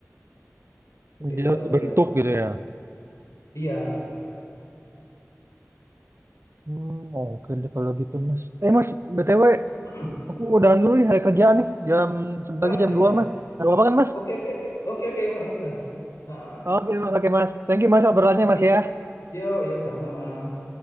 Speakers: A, on the left; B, on the right.
A: seperti
B: jadi
A: itu
B: harus
A: kalau
B: dibentuk
A: lihat
B: gitu ya.
A: iya
B: Hmm, oke deh kalau gitu Mas. Eh Mas, BTW
A: <clears throat>
B: aku udahan dulu nih hari kerja nih. Jam sebentar
A: wah
B: lagi jam
A: iya
B: 2, Mas. Ada apa kan Mas?
A: oke oke oke oke oke nggak masalah Ah,
B: Oke Mas, oke Mas. Thank you Mas obrolannya
A: oke
B: Mas ya.
A: yuk yuk sama-sama